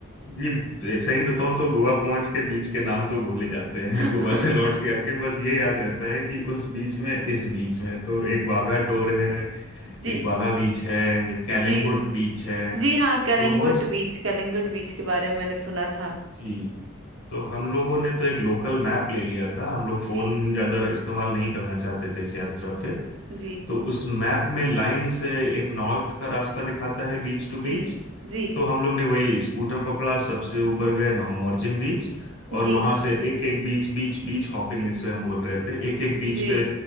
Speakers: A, on the left; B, on the right.
A: जी सही बताऊं तो गोवा पहुंच के बीच के नाम तो भूले जाते
B: <laughs>
A: हैं <laughs> गोवा से लौट के आके बस ये याद रहता है कि उस बीच में इस बीच में तो एक वाघा टोर है
B: जी
A: एक वाघा बीच है एक कैलंगुड
B: जी
A: बीच है
B: जी हाँ कलिंगुट
A: तो बहुत
B: बीच कलिंगुट बीच के बारे में मैंने सुना था
A: जी तो हम लोगों ने तो एक लोकल मैप ले लिया था हम लोग फोन
B: जी
A: ज्यादा इस्तेमाल नहीं करना चाहते थे इस यात्रा पे
B: जी
A: तो उस मैप में लाइन से एक नॉर्थ का रास्ता दिखाता है बीच टू बीच
B: जी जी
A: तो हम लोग ने वही स्कूटर पकड़ा सबसे ऊपर गए नौमोरजिम बीच और
B: जी
A: वहां से एक एक बीच बीच बीच हॉपिंग इसे हम बोल रहे थे एक एक बीच
B: जी
A: पे